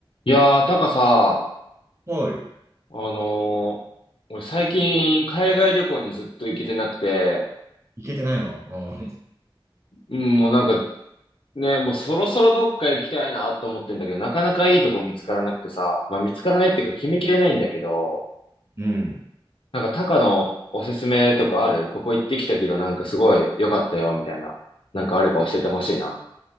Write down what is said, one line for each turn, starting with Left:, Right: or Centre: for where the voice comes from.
Left: いやー、タカさ、
Right: はい。
Left: あのー俺最近海外旅行にずっと行けてなくて、
Right: 行けてないの。う
Left: うん、もうなんかね、もうそろそろどっか行きたいなと思ってんだけど、なかなかいいとこ見つからなくてさ、まあ見つからないっていうか決めきれないんだけど、
Right: ん。うん
Left: なんかタカのおすすめとかあるここ行ってきたけどなんかすごい良かったよ、みたいな。なんかあれば教えてほしいな。